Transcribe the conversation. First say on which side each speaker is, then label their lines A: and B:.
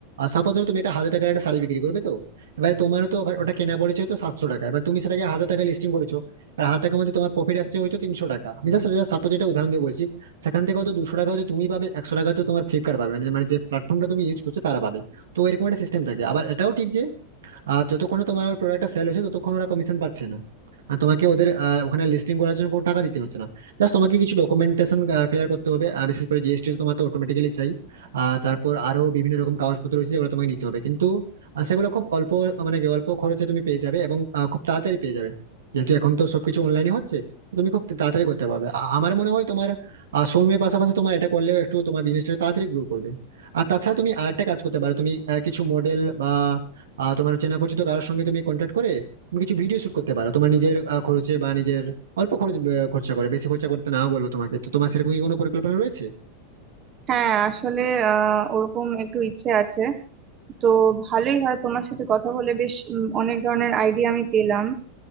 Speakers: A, on the right; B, on the right.
A: সাপোজ ধরো তুমি একটা হাজার টাকার একটা শাড়ি বিক্রি করবে তো এবারে তোমার তো ওটা কেনা পড়েছে হয়তো সাতশো টাকা এবার তুমি সেটাকে হাজার টাকা লিস্টিং করেছো আর হাজার টাকার মধ্যে তোমার প্রফিট আসছে হয়তো তিনশো টাকা আমি জাস্ট এটা সাপোজ এটা উদাহরণ দিয়ে বলছি সেখান থেকে হয়তো দুশো টাকা হয়তো তুমি পাবে একশো টাকা হয়তো তোমার ফ্লিপকার্ট পাবে মানে মানে যে প্ল্যাটফর্মটা তুমি ইউজ করছো তারা পাবে তো এরকম একটা সিস্টেম থাকে আবার এটাও ঠিক যে আহ যতক্ষণ না তোমার প্রোডাক্টটা সেল হচ্ছে ততক্ষণ ওরা কমিশন পাচ্ছে না আর তোমাকে ওদের আহ, ওখানে লিস্টিং করার জন্য কোনো টাকা দিতে হচ্ছে না জাস্ট তোমাকে কিছু ডকুমেন্টেশন ক্লিয়ার করতে হবে আর বিশেষ করে জিএসটি তোমার তো অটোমেটিক্যালি চাই আর তারপর আরো বিভিন্ন রকম কাগজপত্র রয়েছে যেগুলো তোমাকে নিতে হবে কিন্তু আহ, সেগুলো খুব অল্প মানে কি, অল্প খরচে তুমি পেয়ে যাবে এবং আহ, খুব তাড়াতাড়ি পেয়ে যাবে যেহেতু এখন তো সবকিছু অনলাইনে হচ্ছে তুমি খুব তাড়াতাড়ি করতে পারবে আ- আমার মনে হয় তোমার আহ, সময়ের পাশাপাশি তোমার এটা করলেও একটু তোমার বিজনেসটা তাড়াতাড়ি গ্রো করবে আর তাছাড়া তুমি আরেকটা কাজ করতে পারো তুমি আহ, কিছু মডেল বা আহ তোমার চেনা পরিচিত কারোর সঙ্গে তুমি কন্ট্যাক্ট করে তুমি কিছু ভিডিও শুট করতে পারো তোমার নিজের আহ, খরচে বা নিজের অল্প খরচ আহ, খরচা করে বেশি খরচা করতে না বলবো তোমাকে তো তোমার সেরকম কি কোনো পরিকল্পনা রয়েছে
B: হ্যাঁ আসলে আহ ওরকম একটু ইচ্ছে আছে তো ভালোই হয় তোমার সাথে কথা বলে বেশ উম, অনেক ধরনের আইডিয়া আমি পেলাম